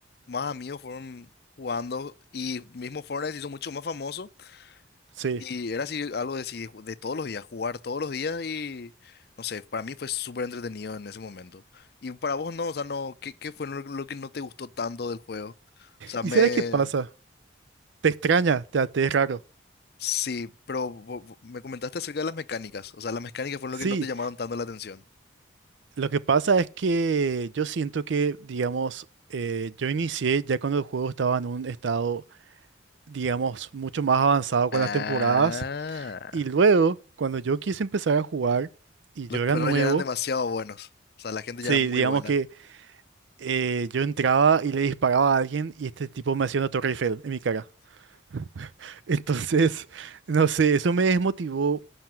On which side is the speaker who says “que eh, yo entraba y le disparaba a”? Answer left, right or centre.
Right